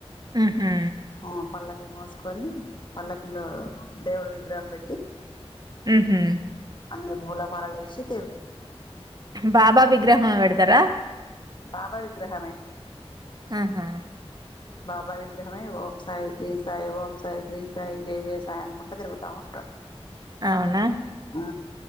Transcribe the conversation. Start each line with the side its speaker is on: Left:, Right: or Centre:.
Right: ఉహు
Left: ఆ పల్లకి మోసుకొని పల్లకుల్లో దేవుడు విగ్రహం పెట్టి
Right: ఆహ
Left: అన్ని భోలా మారాలే శీత
Right: బాబా విగ్రహం పెడతారా
Left: బాబా విగ్రహమే
Right: ఆహా
Left: బాబా విగ్రహమే ఓం సాయి శ్రీ సాయి ఓం సాయి శ్రీ సాయి జయ జయ సాయి అనుకుంటా తరుగుత తౌండ
Right: అవునా
Left: ఆ